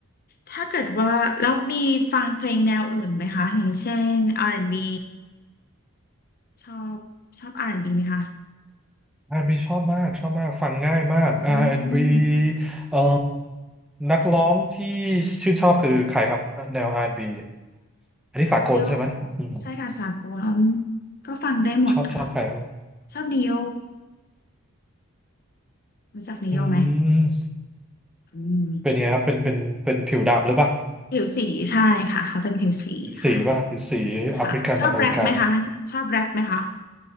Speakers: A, on the left; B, in the centre.
A: ถ้าเกิดว่าแล้วมีฟังเพลงแนวอื่นไหมคะ อย่างเช่น R&B ชอบชอบ R&B ไหมคะ
B: R&B ชอบมากชอบมากฟังง่ายมาก
A: อืม
B: R&B เอ่อนักร้องที่ชื่นชอบคือใครครับแนว R&B อนด์บีอันนี้สากลใช่ไหมอืม
A: นิโยใช่ค่ะสากลก็ฟังได้หมดค่ะ
B: ชอบชอบใครบ้าง
A: ชอบนิโยรู้จักนิโยไหม
B: อืม
A: อืม
B: เป็นยังไงครับเป็นเป็นเป็นผิวดำหรือเปล่า
A: ผิวสีใช่ค่ะเขาเป็นผิวสีค่ะ
B: ผิวสีป่ะผิวสีแอฟริกันอเมริกัน
A: ค่ะชอบแรปไหมคะชอบแรปไหมคะ